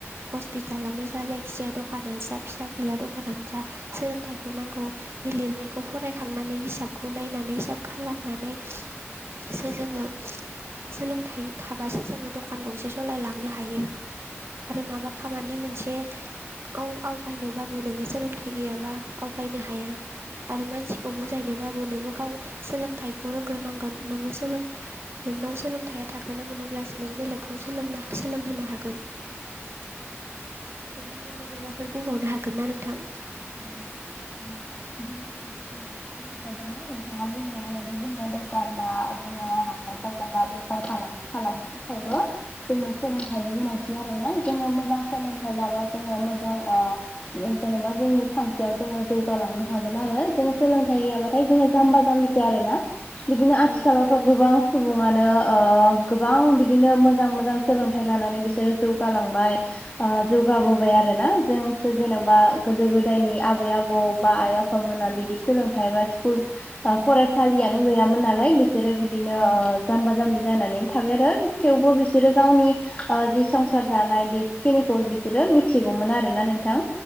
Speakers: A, on the right; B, on the left.
A: हस्पिटालानो जा, जायखिजाया दखानानो जा, फिसा-फिला दखानानो जा। सोलोंथाइखौ नांगौ बे लिरनाय। खौ फरायखांनानै हिसाबखौ नायनानै हिसाब खालामनानै सो जोङो। सोलोंथाइ थाबासो जोङो दकान गंसे सलायलांनो हायो। आरो माबा खामानि मोनसे। औ आवगायनोबाबो नोङो सोलोंथाइ गैयाबा आवगायनो हाया। आरो मानसिखौ बुजायनोबाबो नोङो गाव सोलोंथाइखौ रोंग्रोनांगोन। नोङो सोलों नोंनाव सोलोंथायाइया थाग्रोनांगोन अब्लासो नों बेलेगखौ सोलोंनो-सोलोंहोनो हागोन। नोंथां आरो माबाफोर बुंबावनो हागोन ना नोंथां?
B: औ-औ। <unintelligible> नोंथाङा बुंलांनाय बादिनो दकान बा। जोंहा हाथाइ-बाजार बा, बेफार-फालांगि खालामनो थाखायबो जोंनो सोलोंथाइनि गोनांथि आरो। जोङो मोजां सोलोंथाइ लाबा जोङो मोजां ओ जेनेबा। जोंनि थांखियाव जोङो जौगालांनो हागोन आरो जों सोलोंथाइ गैयाबाथाय जोङो जाम्बा-जाम्बिसो आरो ना। बिदिनो आथिखालावथ'
A: औ
B: गोबां। सुबुङानो ओ गोबां बिदिनो मोजां-मोजां सोलोंथाइ लानानै बिसोरो जौगालांबाय। ओ जौगाबोबाय आरो ना जोंसो जेन'बा। गोदो-गोदायनि आबै-आबौ बा आइ-आफामोना बिदि सोलोंथाइ बा स्कुल फरायसालियाव। नो गैयामोन नालाय बिसोरो बिदिनो ओ जाम्बा-जाम्बि जानानै थाबाय आरो। थेवबो बिसोरो गावनि। ओ जि संसार जानाय बेखिनिखौ बिसोरो मिथिगौमोन आरो ना नोंथां।